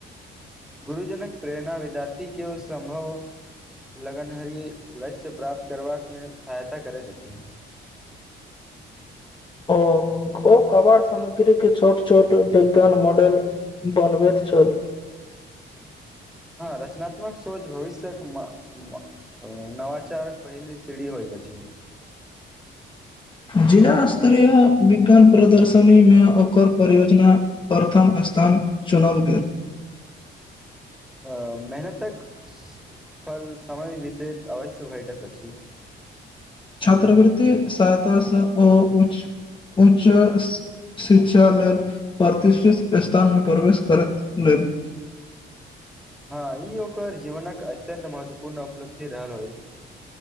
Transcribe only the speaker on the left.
ओ ओ कबाड़ सामग्री के छोट छोट विज्ञान मॉडल बनबे तऽ छल
जिला स्तरीय विज्ञान प्रदर्शनी मे ओकर परियोजना प्रथम स्थान चुनल गेल
छात्रवृतति सहायतासँ उच्च उच्च शिक्षा लेल प्रतिष्ठित स्थानमे प्रवेश करैक लेल